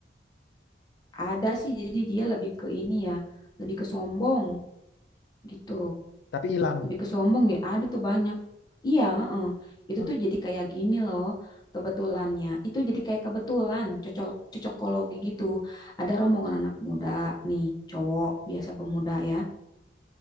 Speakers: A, on the left; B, on the left.
A: ada sih jadi dia lebih ke ini ya, lebih ke sombong gitu.
B: Tapi hilang.
A: Lebih ke sombong ya, ada tuh banyak. Iya, heeh. Itu
B: Hah?
A: tuh jadi kayak gini loh kebetulannya. Itu jadi kayak kebetulan cocok cocokologi gitu. Ada rombongan anak muda nih, cowok biasa pemuda ya.